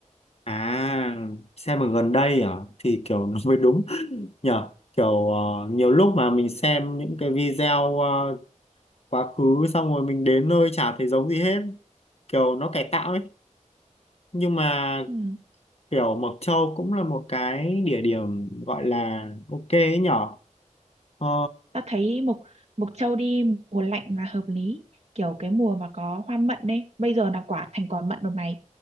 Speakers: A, on the left (about 50°); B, on the right (about 55°).
A: à xem ở gần đây à thì kiểu nó mới đúng nhở kiểu ờ, nhiều lúc mà mình xem những cái video ờ, quá khứ xong rồi mình đến nơi chả thấy giống gì hết kiểu nó cải tạo ấy nhưng mà
B: Ừ.
A: kiểu Mộc Châu cũng là một cái địa điểm gọi là ok ấy nhở ờ,
B: ta thấy mộc mộc châu đi mùa lạnh là hợp lý kiểu cái mùa mà có hoa mận ấy bây giờ là quả thành quả mận rồi này